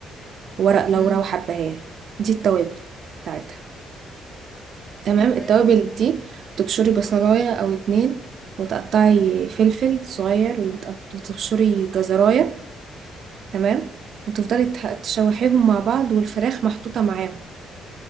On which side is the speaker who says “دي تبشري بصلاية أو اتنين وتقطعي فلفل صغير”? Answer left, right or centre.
Right